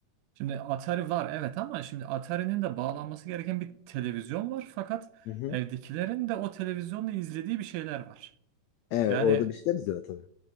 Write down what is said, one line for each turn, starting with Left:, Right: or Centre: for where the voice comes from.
Right: Şimdi Atari var evet ama şimdi Atari'nin de bağlanması gereken bir televizyon var fakat
Left: Hı hı.
Right: evdekilerin de o televizyonla izlediği bir şeyler var.
Left: Evet,
Right: Yani
Left: orada bir şeyler izliyor tabii.